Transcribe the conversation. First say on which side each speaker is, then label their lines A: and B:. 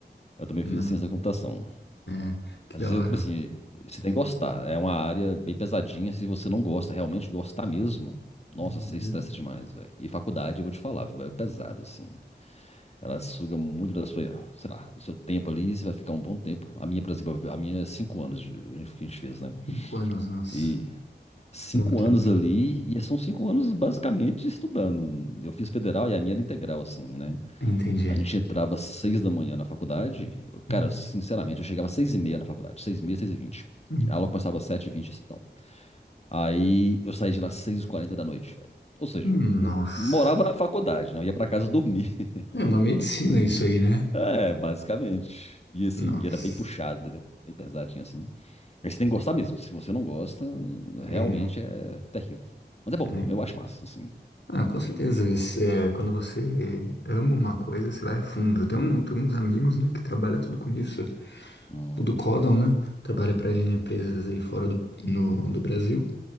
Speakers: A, on the left (about 35°); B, on the left (about 85°).
A: Eu também
B: Não.
A: fiz ciência da computação.
B: É, que
A: Às
B: da
A: vezes,
B: hora.
A: eu, tipo assim, você tem que gostar. É uma área bem pesadinha. Se você não gosta, realmente gostar mesmo, nossa,
B: Uhum.
A: você estressa demais, velho. E faculdade, eu vou te falar, viu, véio, é pesado, assim. Ela suga muito da sua, sei lá, do seu tempo ali, e você vai ficar um bom tempo. A minha, por exemplo, a minha é cinco anos de- que a gente que a gente fez, né?
B: Cinco anos, nossa.
A: E cinco
B: Muito
A: anos
B: tempo.
A: ali, e são cinco anos basicamente estudando. Eu fiz federal e a minha era integral, assim, né?
B: Entendi.
A: A gente entrava às seis da manhã na faculdade. Eu- cara,
B: Hum,
A: sinceramente, eu chegava às seis e meia na faculdade. Seis e meia, seis e vinte.
B: hum,
A: A aula começava às sete e vinte e tal. Aí eu saí de lá às seis e quarenta da noite, velho. Ou seja,
B: hum.
A: eu
B: Nossa.
A: morava na faculdade, não ia pra casa dormir. <laughs>
B: É uma medicina isso aí, né?
A: É, basicamente. E assim,
B: Nossa.
A: era bem puxado, entendeu? Bem pesadinho assim. Mas você tem que gostar mesmo. Se você não gosta,
B: É.
A: realmente é terrível. Mas é bom,
B: é.
A: eu acho massa, assim.
B: Ah, com certeza. Esse, é, quando você ama uma coisa, você vai a fundo. Eu tenho, um, tenho uns amigos, né, que trabalham tudo com isso.
A: Hum,
B: tudo do né? Trabalha para empresas aí fora do, no, do Brasil.